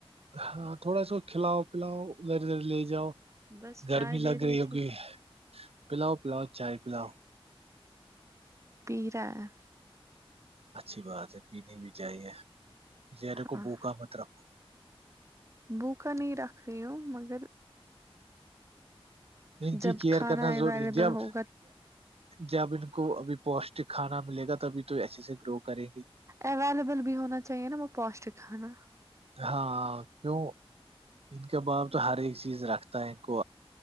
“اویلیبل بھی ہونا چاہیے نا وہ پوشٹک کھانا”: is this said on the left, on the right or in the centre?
Right